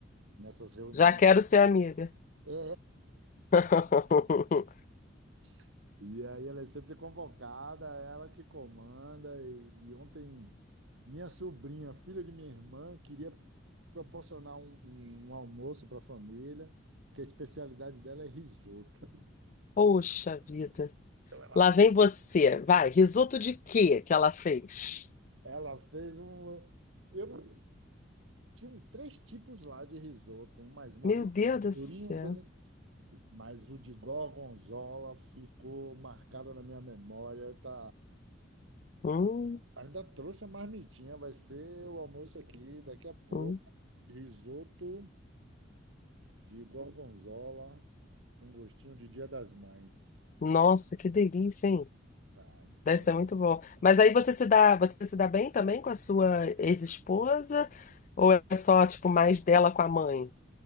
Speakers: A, on the right (about 75°); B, on the left (about 40°).
A: nessas reuniões.
B: Já quero ser amiga.
A: É,
B: <laughs>
A: <laughs> e aí ela é sempre convocada, ela que comanda. E, e ontem, minha sobrinha, filha de minha irmã, queria proporcionar um, um- um almoço para a família, que a especialidade dela é risoto.
B: Poxa vida.
A: Então ela,
B: Lá vem você. Vai, risoto de quê que ela fez?
A: ela fez um. Eu tinha um- três tipos lá de risoto, um mais molinho,
B: Meu Deus
A: um mais
B: do
A: durinho,
B: céu.
A: um dele- mas o de gorgonzola ficou marcado na minha memória, tá?
B: Hum,
A: Ainda trouxe a marmitinha, vai ser o almoço aqui daqui a pouco.
B: hum.
A: Risoto de gorgonzola com gostinho de Dia das Mães.
B: Nossa, que delícia, hein?
A: Tá, então
B: Deve ser muito bom. Mas aí você se dá, você se dá bem também com a sua ex-esposa? Ou é só, tipo, mais dela com a mãe?